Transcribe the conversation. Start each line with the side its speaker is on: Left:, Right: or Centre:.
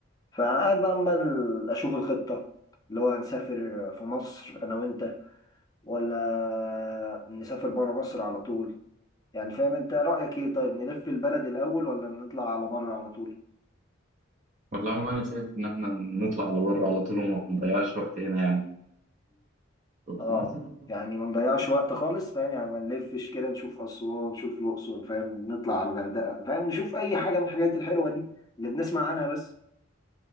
Left: فقاعد بقى عمال اشوف الخطه اللي هو هنسافر في مصر انا وانت ولا نسافر بره مصر على طول يعني فاهم انت رايك ايه طيب نلف البلد الاول ولا نطلع على بره على طول
Right: والله انا شايف ان احنا نطلع على بره على طول وما نضيعش وقت هنا يعني وفي
Left: اه
Right: نفس الوقت برضه
Left: يعني ما نضيعش وقت خالص فاهم يعني ما نلفش كده نشوف اسوان نشوف الاقصر فاهم نطلع على الغردقه فاهم نشوف اي حاجه من الحاجات الحلوه دي اللي بنسمع عنها بس